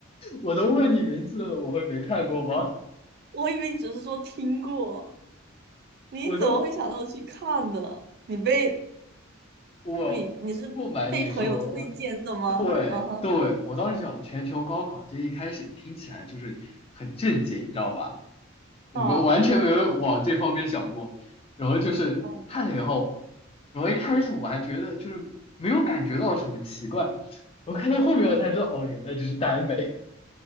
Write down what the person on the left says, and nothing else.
我都问你名字了，我会没看过吗？
我都，
我不瞒你说，
对对，
我当时想《全球高考》这一开始听起来就是很震惊，你知道吧？我们完全没有往这方面想过。
然后就是看了以后，
然后一开始我还觉得就是没有感觉到什么奇怪，我看到后面我才知道，哦，原来这是耽美。